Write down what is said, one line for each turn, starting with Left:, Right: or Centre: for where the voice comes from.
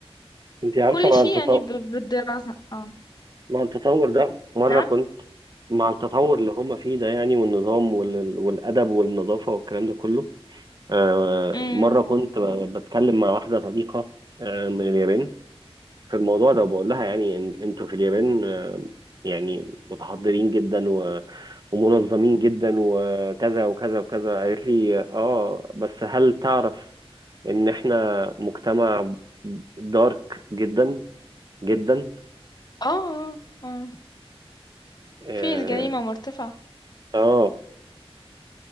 Right: انت عارفه
Left: كل
Right: مع
Left: شيء
Right: التطور
Left: يعني ب- بالدراسة آه
Right: مع التطور ده مره
Left: نعم
Right: كنت مع التطور اللي هم فيه ده يعني والنظام وال... والادب والنظافه والكلام ده كله آه،
Left: أمم
Right: مرة كنت بتكلم مع واحدة صديقة آه، من اليابان في الموضوع ده بقول لها يعني إن- انتوا في اليابان آه، يعني متحضرين جدا و- ومنظمين جدا وكذا وكذا وكذا قالت لي اه بس هل تعرف ان احنا مجتمع دارك جدا جدا
Left: آه آه
Right: اه
Left: في الجريمة مرتفعة
Right: آه.